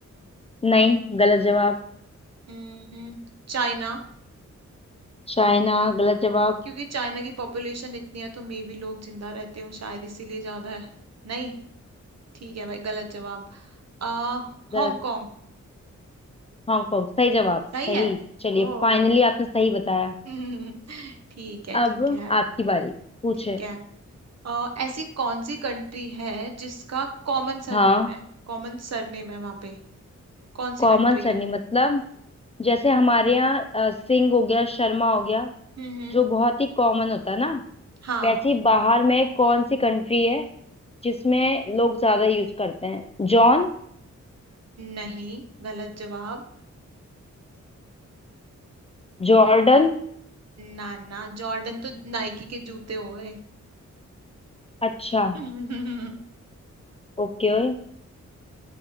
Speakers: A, on the left (about 20°); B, on the right (about 60°).
A: नहीं गलत जवाब
B: हम्म, चाइना
A: चाइना गलत जवाब
B: क्योंकि चाइना की पॉपुलेशन इतनी है तो मे भी लोग जिंदा रहते हो शायद इसीलिए ज्यादा है नहीं ठीक है भाई गलत जवाब आ
A: गलत
B: हांगकांग
A: हांगकांग सही जवाब
B: सही
A: सही
B: है
A: चलिए
B: ओ
A: फाइनली आपने सही बताया
B: <laughs> ठीक है
A: अब
B: ठीक है
A: आपकी बारी पूछे
B: ठीक है अ, ऐसी कौन सी कंट्री है जिसका कॉमन सरनेम
A: हाँ
B: है कॉमन सरनेम है वहां पे कौन
A: कॉमन
B: सी कंट्री
A: सरनेम
B: है
A: मतलब जैसे हमारे यहाँ अ, सिंह हो गया शर्मा हो गया
B: हम्म हम्म
A: जो बहुत ही कॉमन होता है ना
B: हाँ
A: वैसे ही बाहर में कौन सी कंट्री है जिसमें लोग ज्यादा यूज करते हैं जॉन
B: नहीं गलत जवाब
A: जॉर्डन
B: ना ना जॉर्डन तो नाइकी के जूते हो गए
A: अच्छा
B: <laughs>
A: ओके